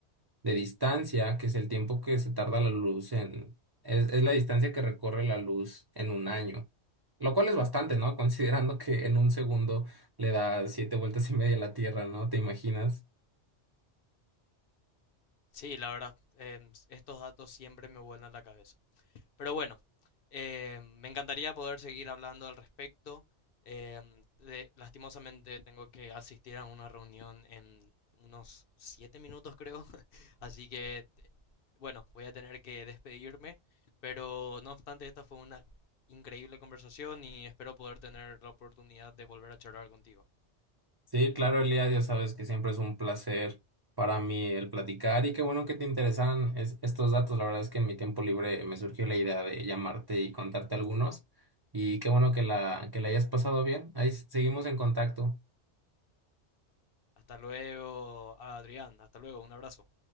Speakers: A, on the right; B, on the left.
A: de distancia, que es el tiempo que se tarda la luz en... Es, es la distancia que recorre la luz en un año. Lo cual es bastante, ¿no? <laughs> Considerando que en un segundo le da siete vueltas y media a la Tierra, ¿no? ¿Te imaginas?
B: Sí, la verdad, em, estos datos siempre me vuelan la cabeza. Pero bueno, eh, me encantaría poder seguir hablando al respecto. Em, de- lastimosamente tengo que asistir a una reunión en unos siete minutos, creo. <laughs> Así que, te- bueno, voy a tener que despedirme. Pero no obstante, esta fue una increíble conversación y espero poder tener la oportunidad de volver a charlar contigo.
A: Sí, claro, Elías, ya sabes que siempre es un placer para mí el platicar y qué bueno que te interesan es- estos datos. La verdad es que en mi tiempo libre me surgió la idea de llamarte y contarte algunos y qué bueno que la, que la hayas pasado bien. Ahí s- seguimos en contacto.
B: Hasta luego, Adrián. Hasta luego. Un abrazo.